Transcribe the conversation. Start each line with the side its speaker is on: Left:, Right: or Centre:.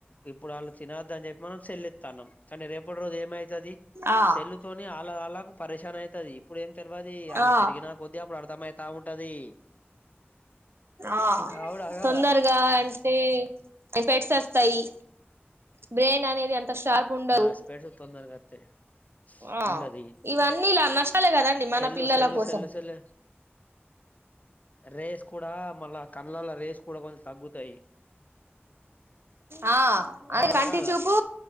Left: ఇప్పుడు వాళ్ళు తినొద్ద అని చెప్పి మనం సెల్లేతనం కానీ రేపటి రోజు ఏమై అయితది
Right: ఆ
Left: సెల్లుతోని వాళ్ళ వాళ్ళకు పరిశాన అవుతది ఇప్పుడు ఏం తెలియదు వాళ్ళు
Right: ఆ
Left: పెరిగినా కొద్దీ అప్పుడు అర్థమైతా ఉంటది
Right: ఆ
Left: అవునా కాదా
Right: తొందరగా అ టే స్పెట్స్ వస్తాయి బ్రెయిన్ అనేది అంత షార్ప్ ఉండవు
Left: ఆ స్పెడ్స్ తొందరగా అత్తయి
Right: ఆ
Left: ఉండది
Right: ఇవన్నీ ఇలా నష్టాలే కదండి మన
Left: సెల్లు
Right: పిల్లల
Left: సెల్లు
Right: కోసం
Left: సెల్లు సెల్లు రేస్ కూడా మళ్ళ కళ్లల్ల రేస్ కూడా కొంచెం తగ్గుతాయి
Right: ఆ అద
Left: అవునా
Right: కంటి
Left: కాదా
Right: చూపు